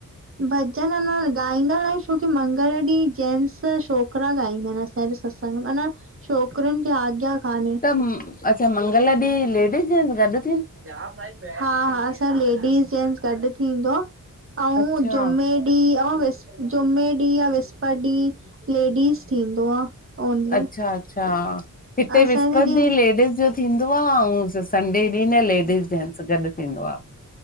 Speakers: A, on the right; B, on the left.
A: भॼन न गाईंदा न छोकी मंगल ॾींहुं जेनस। छोकिरा गाईंदा आहिनि, असांजे सत्संग में माना छोकिरुनि खे आगया न कान्हे।
B: अच्छा मंगल ॾींहुं लेडीज जेंसगॾु।
A: हा हा, असांज लेडीस जेंट्स गॾु थींदो आहे
B: अच्छा
A: ऐं जुमे एहा जुमे ॾींहुं या विस्पति ॾींहुं लेडीज़ थींदो आ। ओनली
B: अच्छा अच्छा, हिते
A: असांजे
B: विसपतिींहुं
A: जीअं
B: लेडीिस जो थींदो आहे ऐं संडे ॾींहुं न लेडस जेंट्स गॾु थींदो आ।